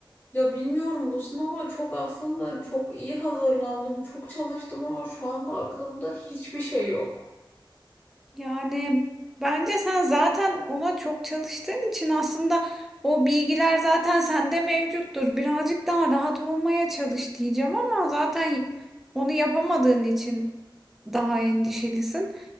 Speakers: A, on the left; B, in the centre.
A: Ya bilmiyorum bu sınava çok aslında çok iyi hazırlandım, çok çalıştım ama şu anda aklımda hiçbir şey yok.
B: Yani bence sen zaten ona çok çalıştığın için aslında o bilgiler zaten sende mevcuttur. Birazcık daha rahat olmaya çalış diyeceğim ama zaten onu yapamadığın için daha endişelisin.